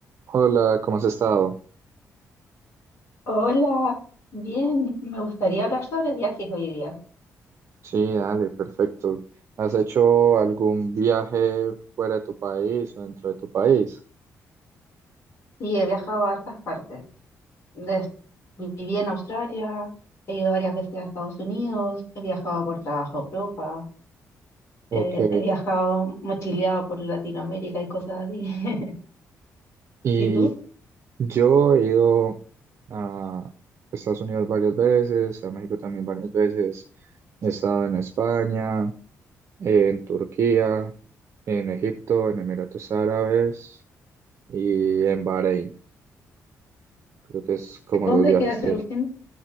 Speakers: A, on the right (about 50°); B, on the left (about 50°).
A: Hola, ¿cómo has estado?
B: Hola, bien, me gustaría hablar sobre viajes hoy día.
A: Sí, dale, perfecto. ¿Has hecho algún viaje fuera de tu país o dentro de tu país?
B: Sí, he viajado a hartas partes. Des- viví en Australia, he ido varias veces a Estados Unidos, he viajado por trabajo a Europa,
A: Ok.
B: eh, he viajado mochileado por Latinoamérica y cosas así. <laughs>
A: Y
B: ¿Y tú?
A: yo he ido a Estados Unidos varias veces, a México también varias veces. He estado en España, en Turquía, en Egipto, en Emiratos Árabes y en Bahrein. Creo que es como
B: ¿Dónde
A: los viajes
B: queda ese
A: que he
B: último?
A: hecho.